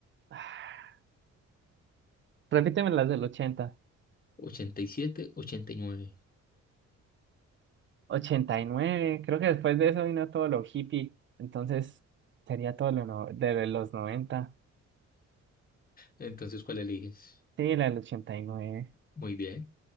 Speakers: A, on the right; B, on the left.
A: Ah, Repíteme las del ochenta
B: ochenta y siete, ochenta y nueve.
A: ochenta y nueve creo que después de eso vino todo lo hippie, entonces sería todo lo no- de los noventa
B: Entonces, ¿cuál eliges?
A: Sí, la del ochenta y nueve
B: Muy bien.